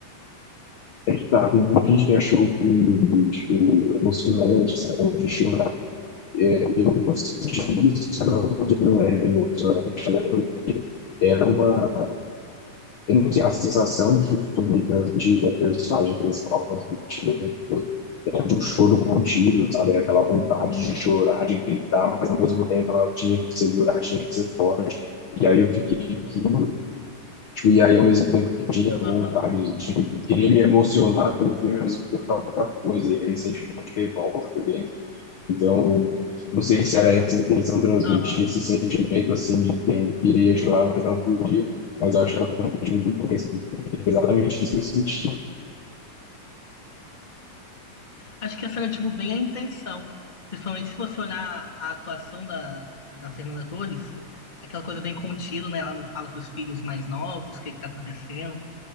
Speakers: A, on the left; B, on the left.
A: É que tá, tem muita gente que achou o filme, tipo, emocionante, sabe, de chorar. É, eu não senti isso, não, porque não é emocionante, né? Era uma tem que a sensação que o filme transmitir, que a personagem principal transmitiu o tempo todo, é de um choro contido, sabe? É Aquela vontade de chorar, de gritar, mas ao mesmo tempo ela tinha que segurar, tinha que ser forte. E aí eu fiquei, que Tipo, e aí, ao mesmo tempo que eu tinha vontade
B: Aham,
A: de querer me emocionar pelo filme, ao mesmo tempo eu ficava com outra coisa, e aí, recentemente revolta por dentro. Então, não sei se era essa a intenção transmitir
B: aham.
A: esse sentimento assim de quem queria chorar, mas não podia. Mas eu acho que ela transmitiu muito bem, porque é exatamente isso que eu senti.
B: Acho que essa era, tipo, bem a intenção. Principalmente se você olhar a atuação da, da Fernanda Torres, é aquela coisa bem contida, né? Ela não fala pros filhos mais novos o que que tá acontecendo.